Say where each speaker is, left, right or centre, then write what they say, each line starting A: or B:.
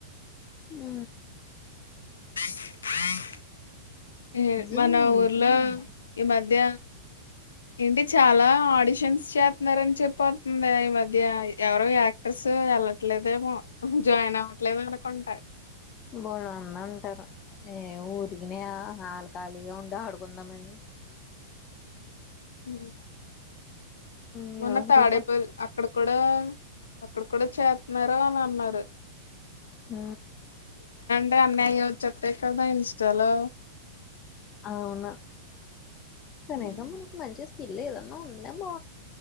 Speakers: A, on the left; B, on the left.
A: ఉ
B: <inaudible>
A: జుమ్
B: మన ఊర్లో
A: జుమ్
B: ఈ మధ్య ఏంటి చాలా ఆడిషన్స్ చేస్తున్నారని చెప్పతుంది ఆ ఈ మధ్య ఎవరో యాక్టర్స్ వెళ్లట్లేదేమో జాయిన్ అవ్వట్లేదు అనుకుంటా
A: బోను అంద అంటారు ఏ ఊరికినే హాలఖళీగా ఉం ఆడుకుందామని
B: ఉ
A: న్యూస్
B: మొన్న తాడేపో
A: రిపోర్ట్
B: అక్కడ కూడా అక్కడ కూడా చేస్తున్నారు అని అన్నారు
A: ఉ
B: అన్నయ్య అని చెప్పారు కదా ఇన్స్టలో
A: అవునా కనీసం
B: ఉమ్.
A: మనకి మంచించి ఇల్లే ఏది అన్న ఉందేమో